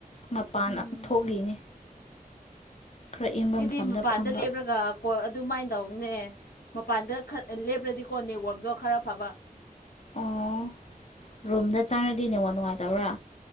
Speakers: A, on the left; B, on the left.
A: ꯃꯄꯥꯟꯅ
B: ꯎꯝ
A: ꯊꯣꯛꯂꯤꯅꯤ ꯈꯔ ꯏꯪꯕ
B: ꯑꯩꯗꯤ
A: ꯃꯐꯝꯗ
B: ꯃꯄꯥꯟꯗ
A: ꯐꯝꯕ
B: ꯂꯦꯞ꯭ꯔꯒ ꯀꯣꯜ ꯑꯗꯨꯃꯥꯏꯅ ꯇꯧꯕꯅꯦ ꯃꯄꯥꯟꯗ ꯈꯔ ꯂꯦꯞꯄ꯭ꯔꯗꯤꯀꯣ ꯅꯦꯠꯋꯔꯛꯇꯣ ꯈꯔ ꯐꯕ
A: ꯑꯣ ꯔꯨꯝꯗ ꯆꯪꯉꯗꯤ ꯅꯦꯠꯋ꯭ꯔꯛ ꯅꯨꯡꯉꯥꯏꯇꯕ꯭ꯔꯥ